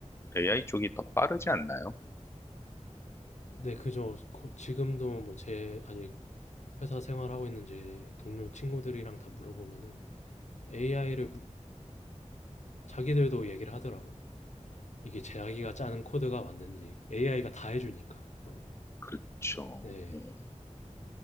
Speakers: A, on the left (about 20°); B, on the left (about 70°).
A: AI, 쪽이 더 빠르지 않나요?
B: 네, 그죠. 거- 지금도 뭐 제 아직 회사 생활하고 있는 제 동료 친구들이랑 다 물어보면은 AI를 자기들도 얘기를 하더라고요. 이게 자기가 짜는 코드가 맞는지 AI가 다 해주니까 너무
A: 그렇죠.
B: 네
A: 네.